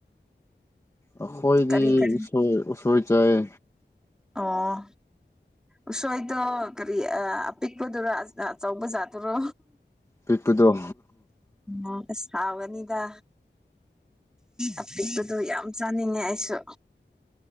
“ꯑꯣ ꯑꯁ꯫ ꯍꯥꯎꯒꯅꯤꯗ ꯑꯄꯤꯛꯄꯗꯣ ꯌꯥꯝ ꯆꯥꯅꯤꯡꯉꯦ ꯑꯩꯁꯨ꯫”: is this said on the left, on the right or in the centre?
Centre